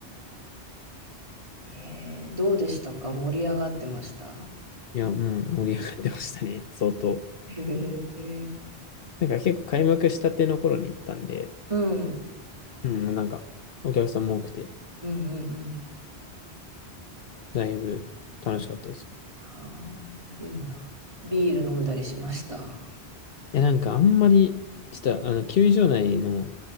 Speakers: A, on the right (about 30°); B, on the left (about 65°).
A: うん。ええどうでしたか盛り上がってました
B: いや、もう盛り上がってましたね、相当。
A: へえ
B: なんか結構開幕したての頃に行ったんで、
A: うん。
B: うん、なんかお客さんも多くて、
A: うんうんうん。
B: だいぶ楽しかったです。
A: あーいいな。ビール飲んだりしました。
B: いや、なんかあんまり、ちょっとあの、球場内の、